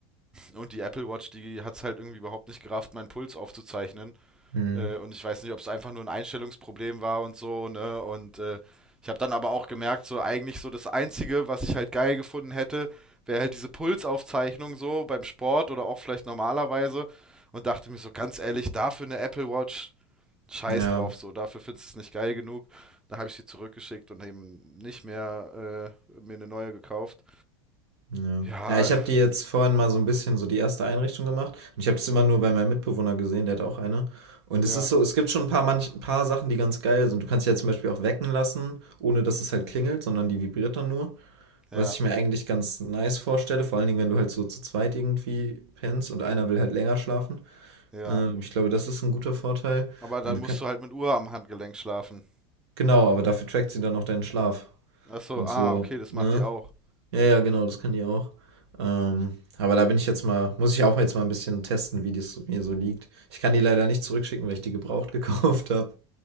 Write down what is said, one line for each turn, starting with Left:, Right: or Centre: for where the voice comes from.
Centre: und die Apple Watch, die hat es halt irgendwie überhaupt nicht gerafft, meinen Puls aufzuzeichnen.
Right: hm.
Centre: Äh, und ich weiß nicht, ob es einfach nur ein Einstellungsproblem war und so, ne? Und äh, ich habe dann aber auch gemerkt, so eigentlich so das Einzige, was ich halt geil gefunden hätte, wäre halt diese Pulsaufzeichnung so beim Sport oder auch vielleicht normalerweise. Und dachte mir so ganz ehrlich, dafür eine Apple Watch, scheiß
Right: Ja,
Centre: drauf, so, dafür findest du es nicht geil genug. Da habe ich sie zurückgeschickt und eben nicht mehr äh, mir eine neue gekauft.
Right: Ja.
Centre: Ja,
Right: Ja, ich habe die jetzt vorhin mal so ein bisschen so die erste Einrichtung gemacht und ich habe es immer nur bei meinem Mitbewohner gesehen, der hat auch eine. Und
Centre: ja,
Right: es ist so es gibt schon ein paar manch ein paar Sachen, die ganz geil sind. Du kannst die ja zum Beispiel auch wecken lassen, ohne dass es halt klingelt, sondern die vibriert dann nur,
Centre: ja,
Right: was ich mir eigentlich ganz nice vorstelle, vor allen Dingen, wenn du halt so zu zweit irgendwie pennst und einer will halt länger schlafen.
Centre: ja.
Right: Ähm, ich glaube, das ist ein guter Vorteil.
Centre: Aber dann
Right: Und du kann
Centre: musst du halt mit Uhr am Handgelenk schlafen.
Right: genau, aber dafür trackt sie dann auch deinen Schlaf
Centre: Achso,
Right: und
Centre: ah,
Right: so,
Centre: okay, das
Right: ne?
Centre: macht die auch.
Right: Ja, ja, genau, das kann die auch. Ähm, aber da bin ich jetzt mal, muss ich auch jetzt mal ein bisschen testen, wie das mir so liegt. Ich kann die leider nicht zurückschicken, weil ich die gebraucht <laughs> gekauft habe.